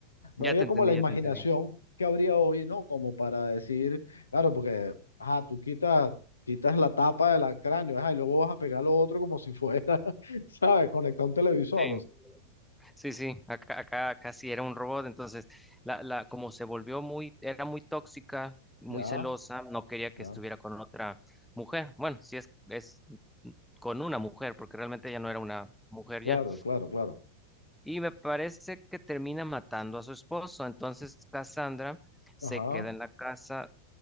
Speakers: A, on the left; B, in the centre.
A: no
B: Ya
A: había
B: te entendí,
A: como la imaginación
B: ya te entendí.
A: que habría hoy, ¿no? Como para decir, claro, porque, ajá, tú quitas, quitas la tapa del cráneo, ajá, y luego vas a pegar lo otro como si fuera, <laughs> ¿sabes? Conectar un televisor.
B: Sí,
A: O
B: sí, sí. Acá, acá casi era un robot, entonces la, la, como se volvió muy, era muy tóxica, muy
A: Ya,
B: celosa, no quería que
A: ya.
B: estuviera con otra mujer. Bueno, si es, es con una mujer, porque realmente ella no era una mujer
A: Claro,
B: ya.
A: claro, claro.
B: y me parece que termina matando a su esposo. Entonces Cassandra se
A: Ajá.
B: queda en la casa